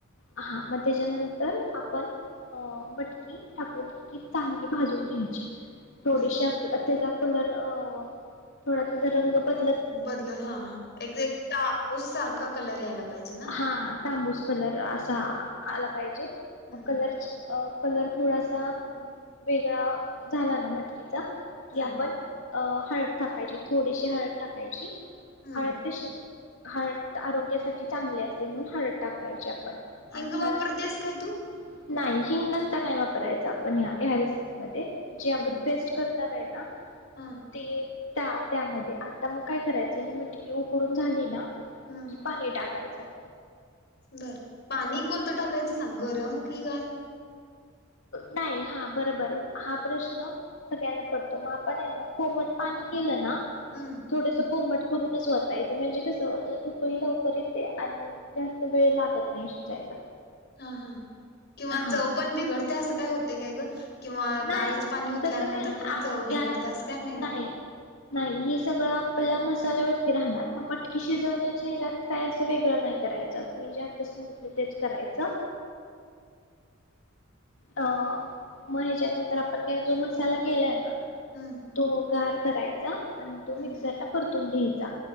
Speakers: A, on the left; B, on the left.
A: हा मग त्याच्यानंतर आपण अ मटकी टाकून दिली की चांगली भाजून घ्यायची. थोडीशे
B: बर
A: आप तेज्यात कलर अ थोडा तुझ रंग बद
B: बदलत हा हा एक्झॅक्ट ताबूस सारखा कलर यायला पाहिजे ना
A: हा तांबूस कलर असा आला पाहिजे.
B: हम्म
A: मग कलरची अ कलर थोडासा वेगळा झाला ना मटकीत की
B: हम्म
A: आपण अ हळद टाकायची थोडीशी हळद टाकायची
B: हम्म
A: आतेशी हार्ट आरोग्यासाठी चांगले असते म्हणून हळद टाकायची आपण
B: हिंग
A: आणि हळद
B: वापरतेस काय तू
A: नाही हिंगत्ता नाही वापरायचा आपण ह ह्या रेसिपीमध्येध्ये जे
B: हम्म
A: आपण पेस्ट करो आहे ना
B: हा
A: ते ट त्यामध्ये आता मग काय करायचं ही मटकी उकडून झाली ना
B: हम्म
A: कि पाणी टाकायचं अच्छ
B: बर पाणी कोणतं टाकायचं सांग गरम कि गार
A: नाही हा बरोबर हा प्रश्न सगळ्यांना पडतो मग पण आहे ना कोमट पाणी केलं ना
B: हम्म
A: थोडस कोमट करूनच वतायचं म्हणजे कसं उकळी लवकर येत ते आणि जास्त वेळ लागत नाही शिजायला
B: हा हा किंवा
A: हा
B: चव पण बी घडत ते असं काय होतय काय ग किंवा
A: नाही
B: गारज पाणी ओतल्यानंतर
A: तस काय नाही
B: न चव बिघडते
A: या
B: असं काय ना?
A: नाही नाही हे सगळं पला मसाल्यावरती राहणार मटकी शिजवण्याचे हच्यात काय असं वेगळं नाही करायचं मी जे आता सांगितलं तेच करायच अ मग ह्याच्या नंतर आपण काय जो मसाला केलाय ना
B: हम्म
A: तो गार करायचं आणि तो
B: हम्म
A: मिक्सरला पडतो घ्यायचा